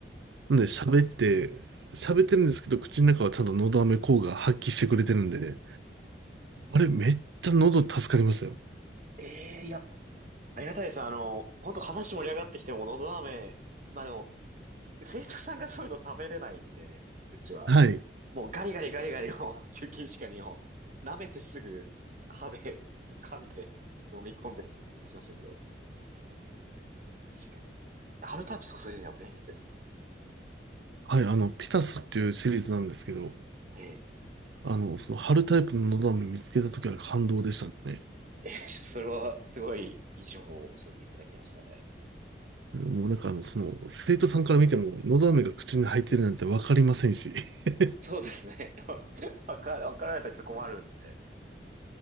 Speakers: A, on the right (about 85°); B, on the right (about 45°).
A: なんで喋って、喋ってるんですけど、口の中はちゃんとのど飴効果発揮してくれてるんでね、あれめっちゃ喉助かりましたよ。
B: ええ、いや、ありがたいです。あの、本当話盛り上がってきても、のど飴、まあでも、生徒さんがそういうの食べれないんで、うちは。
A: はい。
B: もうガリガリガリガリを、<laughs> 休憩時間にを、舐めてすぐ、歯で、噛んで、飲み込んでみたいにことしましたけど。確かに。春タイプ注いでるのは便利ですね。
A: はい、あの、ピタスっていうシリーズなんですけど、
B: ええ。
A: あの、その貼るタイプののど飴見つけた時は感動でしたね。
B: ええ、それはすごいいい情報を教えていただきましたね。
A: もうなんかあの、その、生徒さんから見ても、喉飴が口に入ってるなんてわかりませんし。<laughs>
B: そうですね。<laughs> わか、わかられたらちょっと困るんで。